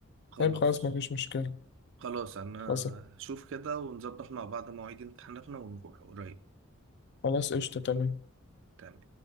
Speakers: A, on the right (about 65°); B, on the left (about 55°).
A: خلاص
B: طيب خلاص مفيش مشكلة
A: خلاص انا
B: خلاص
A: هشوف كده ونظبط مع بعض مواعيد امتحاناتنا ونروح قريب
B: خلاص قشطة تمام
A: تمام